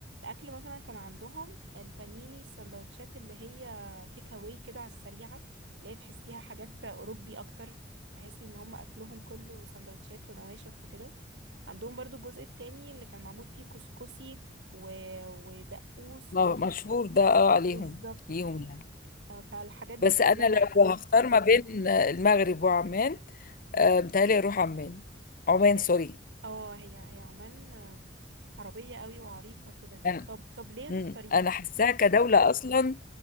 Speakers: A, on the right; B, on the left.
A: مثلا كان عندهم البانيني السندوتشات اللي هي تيك اواي كده على السريعة اللي هي تحسيها حاجات اوروبي اكتر تحسي ان هم اكلهم كله سندوتشات ونواشف وكده عندهم برضو الجزء التاني اللي كان معمول فيه كسكسي و... ودقوس
B: آه.
A: ومح...
B: مشهور ده اه عليهم
A: بالظبط
B: ليهم يعني
A: آه، فالحاجات دي
B: بس
A: كلها
B: انا لو هختار ما بين المغرب وعمان آه، متهيألي اروح عمان عمان
A: اه
B: سوري
A: آه، هي هي عمان آه، عربية قوي وعريقة كده
B: انا
A: طب طب ليه
B: مم.
A: تختاريها
B: انا حاساها كدولة اصلا